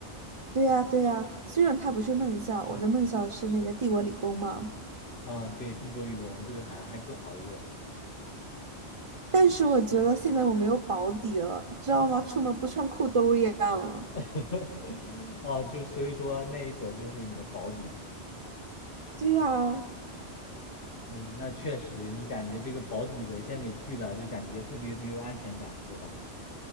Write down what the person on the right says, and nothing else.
对呀，对呀，虽然他不是梦校，我的梦校是那个帝国理工嘛，
但是我觉得现在我没有保底了，知道吗？出门不穿裤兜一样了。
对呀，